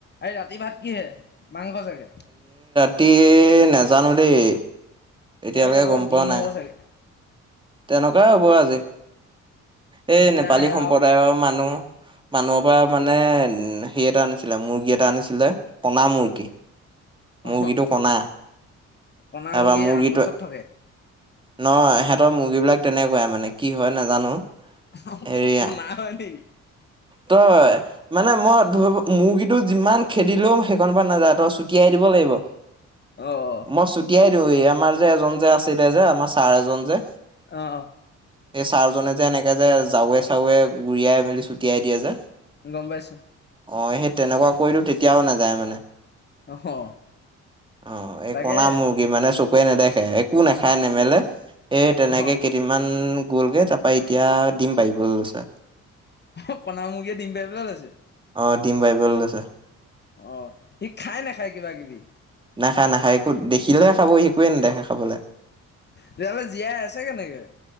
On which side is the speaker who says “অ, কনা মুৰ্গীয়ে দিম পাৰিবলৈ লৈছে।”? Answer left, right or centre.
Left